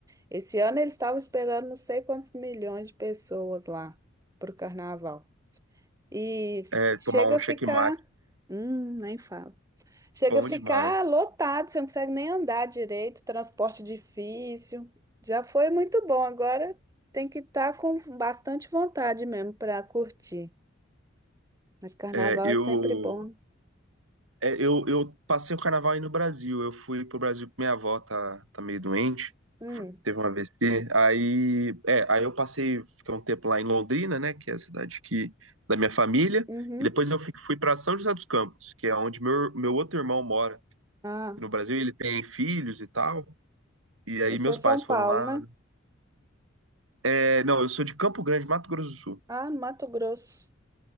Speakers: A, on the right (about 15°); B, on the right (about 80°).
A: Esse ano eles estavam esperando não sei quantos milhões de pessoas lá pro carnaval. E
B: É,
A: chega
B: tomar um
A: a
B: checkmate,
A: ficar, hum, nem fala. Chega
B: bom
A: a ficar
B: demais.
A: lotado, você não consegue nem andar direito, transporte difícil. Já foi muito bom, agora tem que estar com bastante vontade mesmo para curtir. Mas carnaval
B: É, eu,
A: é sempre bom.
B: É, eu, eu passei o carnaval aí no Brasil. Eu fui pro Brasil porque minha avó tá, tá meio doente,
A: Hum,
B: teve um AVC. Aí, é, aí eu passei, fiquei um tempo lá em Londrina, né, que é a cidade que, da minha família.
A: uhum.
B: E depois eu fui, fui para São José dos Campos, que é onde meu, meu outro irmão mora
A: Ah,
B: no Brasil. Ele tem filhos e tal. E aí
A: isso
B: meus
A: é São
B: pais foram
A: Paulo,
B: lá.
A: né?
B: É, não, eu sou de Campo Grande, Mato Grosso do Sul.
A: Ah, no Mato Grosso.